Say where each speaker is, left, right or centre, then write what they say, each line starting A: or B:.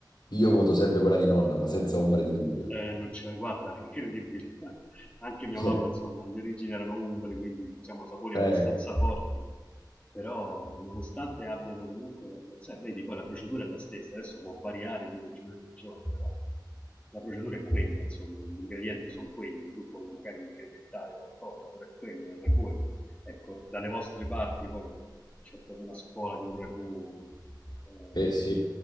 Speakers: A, on the left; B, on the left.
A: Io voto sempre quella di nonna, ma senza ombra di dubbio.
B: Eh, non c'è, guarda, è incredibile. <laughs> Anche mia
A: <laughs>
B: mamma, insomma, le origini erano umbre, quindi diciamo sapori
A: Eh,
B: abbastanza
A: eh,
B: forti, però nonostante abbiano comunque, la- la- cioè, vedi, poi la procedura è la stessa, adesso può variare di regione in regione, però la procedura è quella, insomma, gli ingredienti sono quelli, tu puoi magari incrementare qualcosa, però è quello, il ragù. è- Ecco, dalle vostre parti poi c'è proprio una scuola di un ragù, eh,
A: eh, sì.